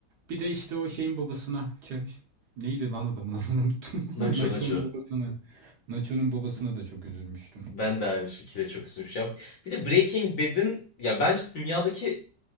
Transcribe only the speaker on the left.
Nacho
Nacho.
Ben de aynı şekilde çok üzülmüş. Ya bir de Breaking Bad'in ya bence dünyadaki